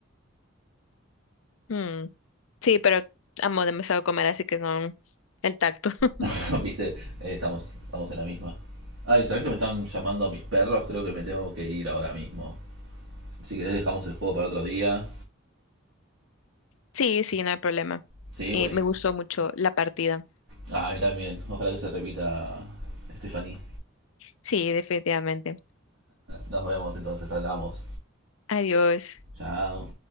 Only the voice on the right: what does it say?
<laughs> Viste, eh, estamos, estamos en la misma. Ay, ¿sabés que me están llamando a mis perros? Creo que me tengo que ir ahora mismo. Si querés dejamos el juego para otro día.
Sí, buenísimo.
Ah, a mí también. Ojalá que se repita, Stephanie.
Nos vemos entonces, hablamos.
Chao.